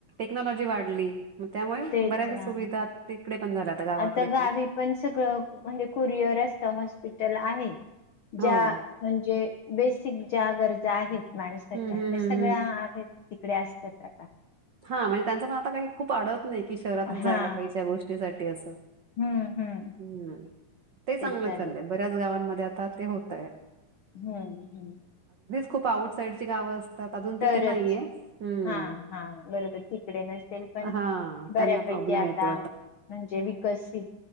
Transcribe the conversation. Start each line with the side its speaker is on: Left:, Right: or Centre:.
Right: क्नॉलॉजी वाढली मग त्यामुळे
Left: तेच
Right: बऱ्याचशा
Left: ना.
Right: सुविधा तिकडे पण झाल्या गावाकडे
Left: आता गावी पण सगळं म्हणजे कुरिअर असतं हॉस्पिटल आहे ज्या
Right: हो.
Left: म्हणजे बेस शिक्षा, गरजा आहेत माणसाच्या
Right: हं, हं,
Left: त्या
Right: हं,
Left: सगळया आहेत तिकडे असतात आता
Right: हा म्हणजे त्यांचं पण आता काही खूप आडत नाही कि शहरातच जायला
Left: हां.
Right: पाहिजे गोष्टीसाठी असं
Left: हं, हं.
Right: हम् ते चांगलंच
Left: तेच झालंय.
Right: चाललंय बऱ्याच गावांमध्ये आता ते होतंय
Left: हम्म हम्म
Right: खूप आउट साईडची गावं असते त्यात अजून
Left: तरच
Right: तिथे नाहीये हम्म
Left: हां, हां. बरोबर तिकडे नसेल पण
Right: हा
Left: बऱ्यापैकी
Right: त्यांना प्रॉब्लेम
Left: आता
Right: येतो
Left: म्हणजे विकसित